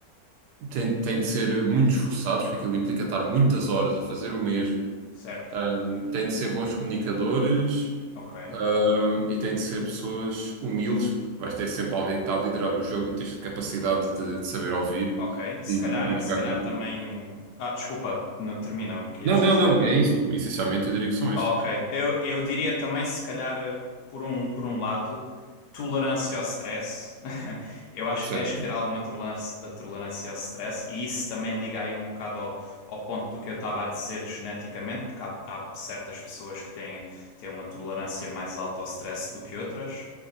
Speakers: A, on the right; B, on the left.
A: Tem, tem de ser muito esforçados, porque aquilo implica estar muitas horas a fazer o mesmo.
B: certo,
A: Ahm, têm de ser bons comunicadores,
B: ok,
A: ahm, e têm de ser pessoas humildes, porque vais ter sempre alguém que está a liderar o jogo e tens capacidade de, de saber ouvir
B: ok. Se
A: e,
B: calhar,
A: e jogar
B: se calhar
A: com a equipa.
B: também o. Ah, desculpa, não, termina o que
A: Não,
B: ias
A: não,
B: dizer.
A: não, é isso. Essencialmente eu diria que são estas.
B: Ok, eu, eu diria também, se calhar, eh, por um, por um lado, tolerância ao stress. <laughs> Eu acho
A: Certo.
B: que tens que ter alguma tolerância, eh, tolerância ao stress, e isso também liga aí um bocado ao, ao ponto do que eu estava a dizer geneticamente, porque há, há certas pessoas que têm, têm uma tolerância mais alta ao stress do que outras.